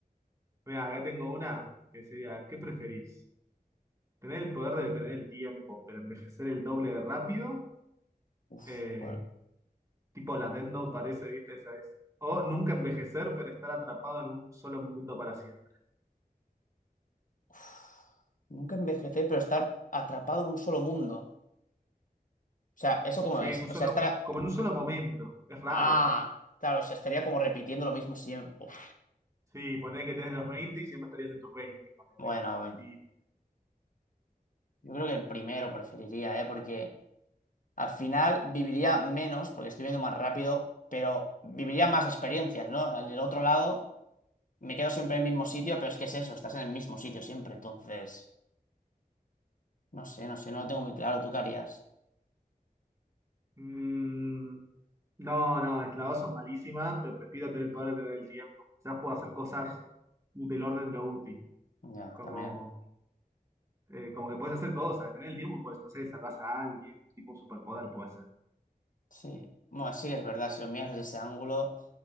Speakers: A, on the right; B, on the left.
A: Mira, acá tengo una que sería, ¿qué preferís? ¿Tener el poder de detener el tiempo, pero envejecer el doble de rápido?
B: Uf,
A: Eh,
B: por-
A: tipo la Death Note parece, ¿viste? Esa es. O nunca envejecer, pero estar atrapado en un solo momento para siempre.
B: uf. Nunca envejecer, pero estar atrapado en un solo mundo. O sea, ¿eso cómo
A: Sí,
B: es?
A: en un
B: O
A: solo,
B: sea, estar...
A: como en un solo momento. Es raro.
B: Ah, claro, o sea, estaría como repitiendo lo mismo siempre. Uf.
A: Sí, poner que tenés los 20 y siempre estarías en tus 20. ponele,
B: Bueno,
A: en tus 10.
B: yo creo que el primero preferiría, ¿eh? Porque al final viviría menos, porque estoy viendo más rápido, pero viviría más experiencias, ¿no? Al del otro lado, me quedo siempre en el mismo sitio, pero es que es eso, estás en el mismo sitio siempre, entonces... No sé, no sé, no lo tengo muy claro. ¿Tú qué harías?
A: Mm, no, no, las dos son malísimas, pero prefiero tener el poder de tener el tiempo. Quizás puedo hacer cosas del orden de lo útil,
B: Ya,
A: como,
B: también.
A: eh, como que puedes hacer cosas, tener el tiempo, pues, no sé, salvas a alguien, tipo un superpoder puede ser.
B: Sí. Bueno, sí es verdad, si lo miras desde ese ángulo,